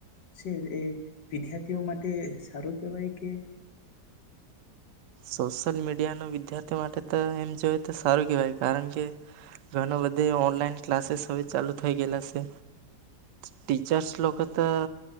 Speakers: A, on the left; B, on the right.
A: છે એ વિદ્યાર્થીઓ માટે સારું કેહેવાય કે
B: સોશિયલ મીડિયાના વિદ્યાર્થીઓ માટે તો એમ જોય તો સારું કેહેવાય. કારણ કે ઘણા બધે ઓનલાઈન ક્લાસીસ હવે ચાલુ થઈ ગયેલા છે. ટીચર્સ લોકો તો